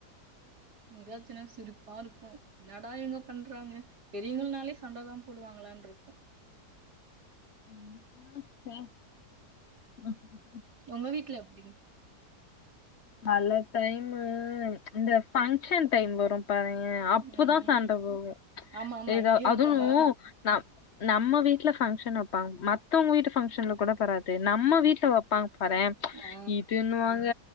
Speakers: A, on the right; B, on the left.
A: இங்க சின்ன வயசுல சிரிப்பா இருக்கு என்னடா இவுங்க பண்றாங்க பெரியவங்கனாலே சண்ட தா போடுவாங்களா ன்டிருக்கும்
B: <inaudible>
A: உங்க வீட்ல எப்டி
B: பல டைம்மு இந்த ஃபங்க்ஷன் டைம் வரு பாருங்க அப்ப
A: ம்.
B: தா சண்ட போடுவோ
A: ஆமாமா.
B: ஏதோ
A: இங்கேயும்
B: அதுவு
A: அப்பதான்.
B: நா நம்ம வீட்ல ஃபங்க்ஷன் வைப்பாங்க மத்தவங்க வீட்டு ஃபங்க்ஷன்ல கூட வராது நம்ம வீட்ல வைப்பாங்க பாறே
A: ஆ.
B: இதுன்னுவாங்க